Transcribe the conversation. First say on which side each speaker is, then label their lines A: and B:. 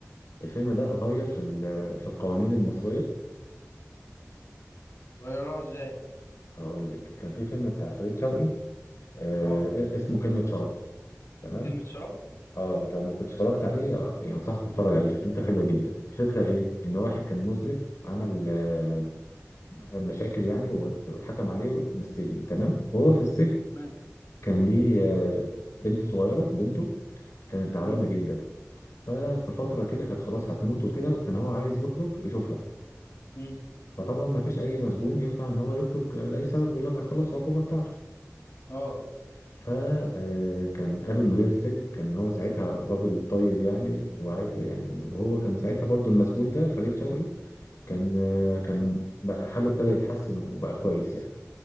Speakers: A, on the left; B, on the left.
A: الفيلم ده غير في ال- في القوانين المصرية
B: غيروها ازاي
A: هقول لك كان في فيلم بتاع فريد شوقي آه،
B: اه
A: اسمه كلمة شرف تمام
B: كلمة شرف
A: اه لو ما كنتش اتفرجت عليه آه، يعني انصحك تتفرج عليه فكرته حلوة جدا الفكرة ايه ان واحد كان مذنب عمل آه، مشاكل يعني وات- واتحكم عليه بالسجن تمام وهو في السجن
B: تمام
A: كان ليه آه، بنت صغيرة بنته كانت تعبانة
B: امم
A: جدا ففي فترة كده كانت خلاص هتموت وكده وكان هو عايز يخرج يشوفها
B: امم
A: فطبعا ما فيش اي مسجون ينفع ان هو يخرج لاي سبب غير لما يخلص العقوبه بتاعته
B: اه
A: فكان قابل مدير السجن كان هو ساعتها راجل طيب يعني وعي يعني وهو كان ساعتها برضو المسجون ده فريد شوقي كان آه، كان بقى حاله ابتدى يتحسن وبقى كويس يعني